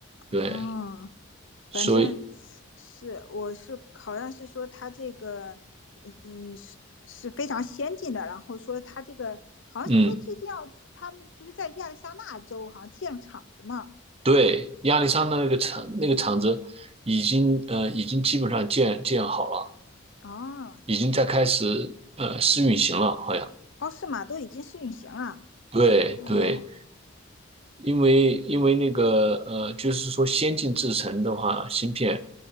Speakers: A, on the right; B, on the left.
A: 对，
B: 哦，
A: 所以
B: 反正是我是好像是说他这个，嗯，是是非常先进的，然后说他这个好像是说最近要他们不是在亚利桑那州好像建厂子嘛？
A: 嗯。对，亚历山大那个厂那个厂子已经呃已经基本上建建好了，
B: 哦，
A: 已经在开始呃试运行了，好像。
B: 哦是吗？都已经试运行了。
A: 对对，
B: 哦，
A: 因为因为那个呃，就是说先进制程的话，芯片